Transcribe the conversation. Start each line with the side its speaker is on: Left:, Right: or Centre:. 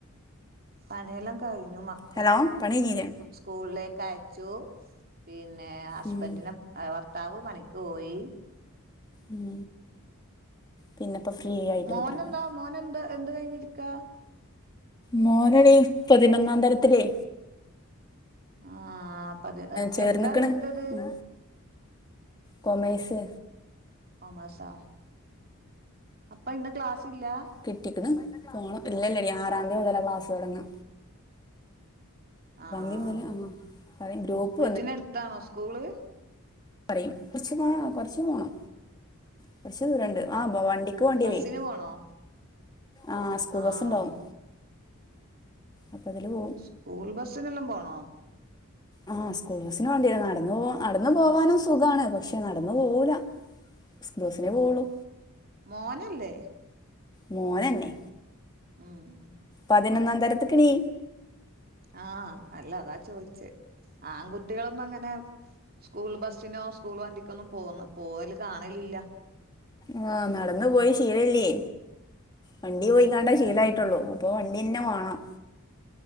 Right: പണിയെല്ലാം കഴിഞ്ഞു മക്
Left: ഹലോ പണികയിഞ്ഞീലെ?
Right: സ്കൂളിലേക്ക് അയച്ചു പിന്നെ ഹസ്ബൻന്റിനേ
Left: ഉം
Right: ഭർത്താവ് പണിക്ക് പോയി
Left: ഉം പിന്നെപ്പം ഫ്രീ ആയിട്ട്
Right: മോനെന്താ
Left: കുത്തിർക്കാ
Right: മോനെന്താ എന്ത് കഴിഞ്ഞിരിക്കാ?
Left: മോനെനി പതിനൊന്നാം തരത്തിലേ
Right: ആഹ് പതി ഏഹ്
Left: ചേർന്നിക്കണ്
Right: എന്താ എടുത്തത്?
Left: ഉം കൊമേഴ്സ്
Right: കൊമേഴ്സാ? അപ്പ ഇന്ന് ക്ലാസ്സില്ലാ?
Left: കിട്ടിക്ണ് പോണം ഇല്ലല്ലെടി ആറാം തയതി മുതലേ ക്ലാസ് തോടങ്ങ്ണ്
Right: ആഹ്
Left: തീയതി മുതൽ ആ പറയും ഗ്രൂപ്പ്
Right: വീട്ടിന എടുത്താണോ സ്കൂള്
Left: പറിം കോറച്ച് പോണം കൊറച്ച് പോണം കൊറച്ച് ദൂരുണ്ട് ആ പോ വണ്ടി ണ്ടിവരും
Right: ബസ്സിന് പോണോ?
Left: ആഹ് സ്കൂൾ
Right: ആഹ്
Left: ബസ്ണ്ടാവും അപ്പൊ അതില് പോകും
Right: സ്കൂൾ ബസ്സിനെല്ലാം പോണോ
Left: ആഹ് സ്കൂൾ ബസിന് വേണ്ടിരുന്നു നടന്ന്പോ നടന്ന് പോവാനും സുഗാണ് പക്ഷെ നടന്നു പോവൂല സ്കൂബസിനെ പോകള്ളൂ
Right: മോനല്ലേ
Left: മോനന്നെ
Right: ഉം
Left: പതിനൊന്നാം തരത്തിക്കടി
Right: ആഹ് അല്ല അതാ ചോദിച്ചേ ആൺകുട്ടികളൊന്നും അങ്ങനെ സ്കൂൾ ബസ്സിനോ സ്കൂൾ വണ്ടിക്കൊന്നും പോകന്ന് പോവല് കാണലില്ല
Left: ആഹ് നടന്നു പോയി ശീലല്ലേ വണ്ടി പോയിക്കാണ്ട
Right: ഉം
Left: ശീലായിട്ടുള്ളു അപ്പോ വണ്ടിന്നെ വേണം